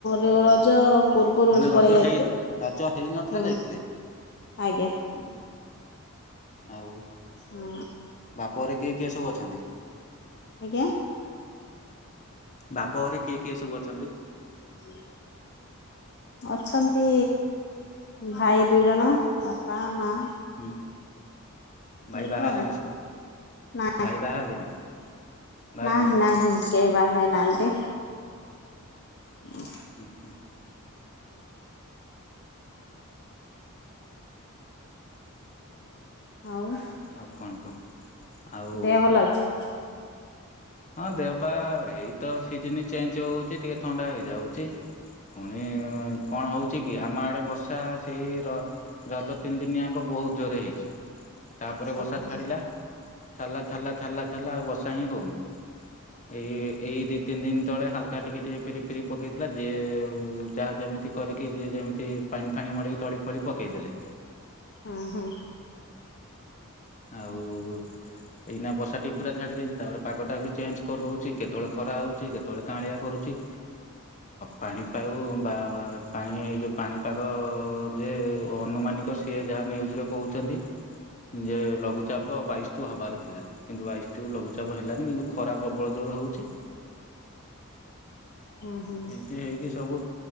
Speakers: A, on the left; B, on the left.
A: ର ରଜ ପୂର୍ବରୁ
B: ମାନେ ରଜ
A: ପଳେଇ ଯାଇଥିଲି।
B: ହେଇ ରଜ ହେଇ ନଥିଲା
A: ହୁଁ
B: ଯାଇଥିଲେ?
A: ଆଜ୍ଞା
B: ହୁଁ ହୁଁ ଆଉ
A: ହଁ
B: ବାପଘରେ କିଏ କିଏ ସବୁ ଅଛନ୍ତି?
A: ଆଜ୍ଞା?
B: ବାପ ଘରେ କିଏ କିଏ ସବୁ ଅଛନ୍ତି?
A: ହୁଁ ଅଛନ୍ତି ଭାଇ ଦୁଇ ଜଣ ବାପା ମା।
B: ହୁଁ
A: ହେଇତ
B: ଭାଇ ବାହା ହେଲେନି
A: ଆଉ
B: ସବୁ
A: ନା
B: ଭାଇ ବାହା ହେଲେନି? ବାହା
A: ନାହିଁ
B: ହେଇନାହାନ୍ତି?
A: ନାହିଁ କେହି ବାହା ହେଇ ନାହାଁନ୍ତି। ହୁଁ
B: ହୁଁ ହୁଁ
A: ଆଉ
B: ଆଉ କଣ କୁହ ଆଉ
A: ଦେହ ଭଲ ଅଛି?
B: ହଁ ଦେହପା ଏଇ ତ ସିଜିନି ଚେଞ୍ଜ ହଉଛି, ଟିକେ ଥଣ୍ଡା ହେଇଯାଉଛି। ପୁଣି କଣ ହେଉଛି କି ଆମ ଆଡ଼େ ବର୍ଷା ସେଇ ର ରଜ ତିନିଦିନି ଆଙ୍କ ବହୁତ ଜୋରେ ହେଇଛି। ତାପରେ
A: ହୁଁ
B: ବର୍ଷା
A: ହୁଁ
B: ଛାଡ଼ିଲା ଛାଡ଼ିଲା ଛାଡ଼ିଲା ଛାଡିଲା ଛାଡ଼ିଲା ଆଉ ବର୍ଷା ହିଁ ହେଉନି। ଏଇ ଏଇ ଦି ତିନି ଦିନ ସେତେବେଳେ ହାଲକା ଟିକିଏ ଟିକିଏ ଫିରି ଫିରି ପକାଇଥିଲା ଯିଏ ଯାହା ଯେମିତି କରିକି ଯିଏ ଯେମିତି ପାଣି ଫାଣି ମଡେଇକି ତଳି ଫଳି ପକେଇଦେଲେ।
A: ଉହୁଁ।
B: ଆଉ ଏଇନା ବର୍ଷାଟି ପୁରା ଛାଡି ଯାଇଛି ତାପରେ ପାଗଟ ବି ଚେଞ୍ଜ କରିଦଉଛି କେତେବେଳେ ଖରା ହଉଛି କେତେବେଳେ କାଆଁଳିଆ କରୁଛି। ପାଣି ପାଉ ବା ପାଣି ଏଇ ଯେଉଁ ପାଣିପାଗ ଯେ ଅନୁମାନିକ ସେ ଯିଏ ଯାହା ନ୍ୟୁଜରେ କହୁଛନ୍ତି ଯେ ଲଘୁଚାପ ବାଇଶିଠୁ ହେବାର ଥିଲା କିନ୍ତୁ ବାଇଶଠୁ ଲଘୁଚାପ ହେଲାନି କିନ୍ତୁ ଖରା ପ୍ରବଳ ଜୋରେ ହେଉଛି।
A: ହୁଁ ହୁଁ
B: ଇଁତି ହେଇକି ସବୁ